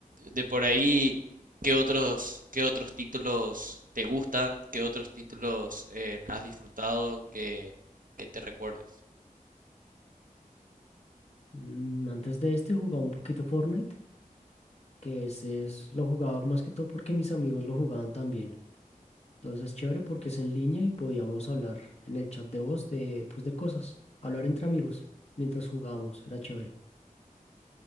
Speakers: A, on the right; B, on the left.
A: de por ahí, ¿qué otros, qué otros títulos te gustan? ¿Qué otros títulos eh, has disfrutado que, que te recuerdes?
B: Mm, antes de este jugaba un poquito Fortnite, que ese es, lo jugaba más que todo porque mis amigos lo jugaban también. Entonces, chévere porque es en línea y podíamos hablar en el chat de voz de, pues, de cosas, hablar entre amigos mientras jugábamos, era chévere.